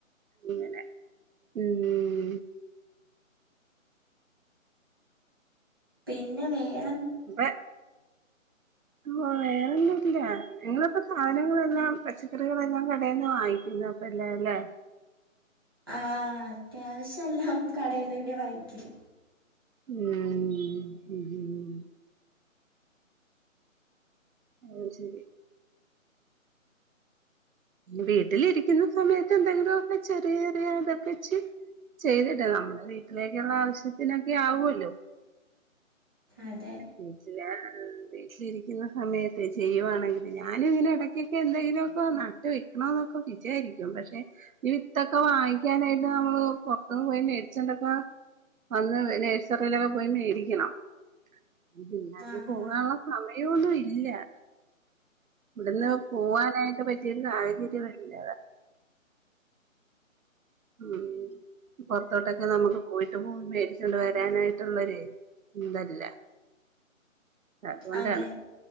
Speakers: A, on the right; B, on the right.
A: ങ്ങനെ ഉം ഉം
B: പിന്നെ വേറെ
A: <inaudible> വേറെന്നും ഇല്ല നിങ്ങളിപ്പോ സാധനങ്ങളെല്ലാം പച്ചക്കറികളെല്ലാം കടെന്ന് വാങ്ങിക്കുന്ന പല്ലലെ
B: ആഹ് അത്യാവശ്യം എല്ലാം കടയിൽന്നന്നെ വാങ്ങിക്കല്
A: ഉം ഉം ഓ ശെരി വീട്ടിലിരിക്കുന്ന സമയത്ത് എന്തെങ്കിലു ഒക്കെ ചെറിയ ചെറിയ ഇതൊക്കെ ചി ചെയ്തിട്ടെ നമ്മുടെ വീട്ടിലേക്കുള്ള ആവശ്യത്തിനൊക്കെ ആവുല്ലോ
B: അതെ
A: വീട്ടില വീട്ടിലിരിക്കുന്ന സമയത്ത് ചെയ്യുവാണെങ്കിൽ ഞാനും ഇങ്ങനെ ഇടക്കൊക്കെ എന്തെങ്കിലു ഒക്കെ വന്നാ വെക്കണ എന്നൊക്കെ വിചയാരിക്കും പക്ഷെ ഈ വിത്തൊക്കെ വാങ്ങിക്കാനായിട്ട് നമ്മള് പൊറത്തന്ന് പോയി മേടിച്ചെണ്ടൊക്കെ വന്ന് നഴ്സറിയിലൊക്കെ പോയി മേടിക്കണം അതില് അന്
B: ആഹ്
A: പോവാനുള്ള സമയമൊന്നും ഇല്ല ഇവിടുന്ന് പോവാനായിട്ട് പറ്റിയരു സാഹചര്യംല്ല ഉം പൊറത്തോട്ടൊക്കെ നമുക്ക് പോയിട്ട് പോയി മേടിച്ചൊണ്ട് വരാനായിട്ടുള്ളൊരു ഇതല്ല അതുകൊണ്ടാണ്
B: അതെ